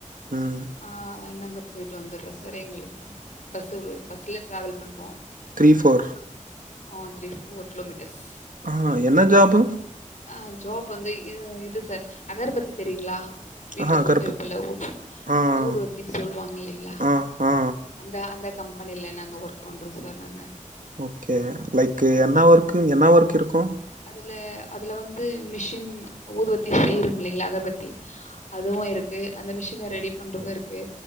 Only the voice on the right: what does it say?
ம்
த்ரீ ஃபோர்
ஆ என்ன ஜாபு
ஆ
கருப்பு
ஆ
ஆ ஆ
ஓகே லைக்கு
என்ன
ஒர்க்கு என்ன ஒர்க் இருக்கு